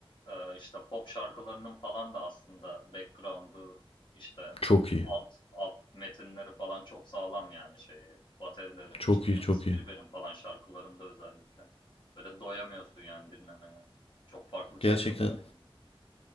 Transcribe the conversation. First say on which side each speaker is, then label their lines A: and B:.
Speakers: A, on the left; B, on the left.
A: e, işte pop şarkılarının falan da aslında background'u işte
B: Çok iyi.
A: alt alt metinleri falan çok sağlam yani şeyi baterileri
B: Çok
A: işte
B: iyi,
A: Yıldız
B: çok
A: Tilbe'nin
B: iyi.
A: falan şarkılarında özellikle. Böyle doyamıyorsun yani dinlemeye. Çok farklı çalıyorlar
B: Gerçekten
A: yani.